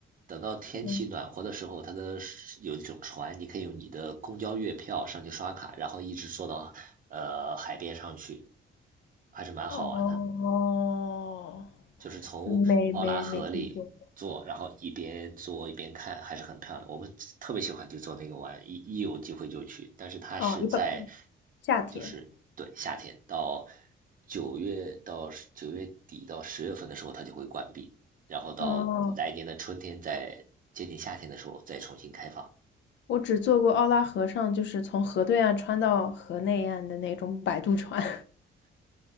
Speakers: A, on the right; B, on the left.
A: 等到天气暖和的时候，
B: 嗯，
A: 它的是有一种船，你可以用你的公交月票上去刷卡，然后一直坐到呃海边上去，还是蛮好玩的。
B: 哦，
A: 就是从奥拉河里坐，
B: 没没没听说过。
A: 然后一边坐一边看，还是很漂亮。我们特别喜欢去坐那个玩，一一有机会就去。但是它是在，
B: 哦，一般夏天。
A: 就是对夏天到九月到九月底到十月份的时候，它就会关闭，然后到来年的春天再接近夏天的时候再重新开放。
B: 哦，我只坐过奥拉河上，就是从河对岸穿到河内岸的那种摆渡船，